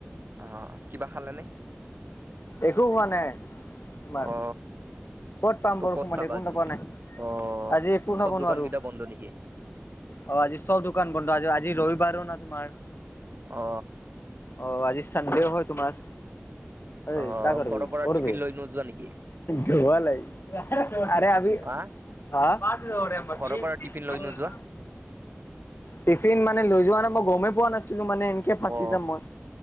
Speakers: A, on the right; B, on the left.
A: অ কিবা খালেনে।
B: একো হোৱা নাই। তোমাৰ
A: অ
B: ক'ত পাম
A: ত
B: বৰষুণতে
A: ক'ত খাবা
B: একো
A: আজি
B: নকোৱা নাই
A: অ
B: আজি একো
A: চব
B: খাব
A: দোকান
B: নোৱাৰো।
A: কেইটা বন্ধ নেকি
B: অ আজি চব দোকান বন্ধ আজ আজি ৰবিবাৰো ন তোমাৰ।
A: অ
B: অ আজিৰ চানডেও হয় তোমাৰ, এই
A: অ
B: কা কৰবি
A: ঘৰৰ পৰা
B: কৰবে।
A: টিফিন লৈ নোযোৱা নেকি
B: ধোৱালাই। আৰে আবি
A: হা
B: হা <unintelligible>
A: ঘৰৰ পৰা টিফিন লৈ নোযোৱা
B: টিফিন মানে লৈ যোৱা নাই মই গমেই পোৱা নাছিলো মানে এনেকে ফাচি
A: অ
B: যাম মই।